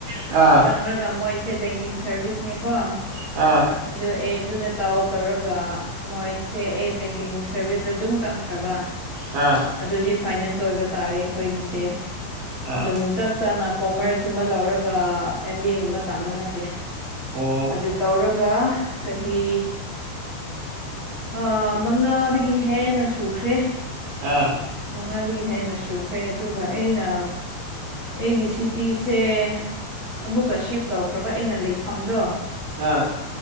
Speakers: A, on the right; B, on the left.
A: ꯑꯥ
B: ꯆꯪꯉꯒ ꯃꯣꯏꯁꯦ ꯕꯦꯡꯀꯤꯡ ꯁꯔꯕꯤꯁꯅꯦꯀꯣ
A: ꯑꯥ
B: ꯑꯗꯨ ꯑꯩ ꯑꯗꯨꯗ ꯇꯥꯎ ꯇꯧꯔꯒ ꯃꯣꯏꯁꯦ ꯑꯩ ꯕꯦꯡꯀꯤꯡ ꯁꯔꯚꯤꯁꯇ ꯑꯗꯨꯝ ꯆꯪꯈ꯭ꯔꯕ
A: ꯑꯥ
B: ꯑꯗꯨꯗꯤ ꯐꯥꯏꯅꯦꯟꯁ ꯑꯣꯏꯕ ꯇꯥꯔꯦ ꯑꯈꯣꯏꯒꯤꯁꯦ
A: ꯑꯥ
B: ꯑꯗꯨꯝ ꯆꯞ ꯆꯥꯅ ꯀꯣꯃꯔꯁꯀꯨꯝꯕ ꯂꯧꯔꯒ ꯑꯦꯝ ꯕꯤ ꯑꯦ ꯒꯨꯝꯕ ꯇꯝꯕ ꯅꯠꯇꯦ
A: ꯑꯣ
B: ꯑꯗꯨ ꯇꯧꯔꯒ ꯆꯍꯤ ꯑꯥ ꯃꯉꯥꯗꯒꯤ ꯍꯦꯟꯅ ꯁꯨꯈ꯭ꯔꯦ
A: ꯑꯥ
B: ꯃꯉꯥꯗꯒꯤ ꯍꯦꯟꯅ ꯁꯨꯈ꯭ꯔꯦ ꯑꯗꯨꯒ ꯑꯩꯅ ꯑꯩꯒꯤ ꯁꯤ ꯇꯤꯁꯦ ꯑꯃꯨꯛꯀ ꯁꯤꯞ ꯇꯧꯈ꯭ꯔꯕ ꯑꯩꯅ ꯂꯩꯐꯝꯗꯣ
A: ꯑꯥ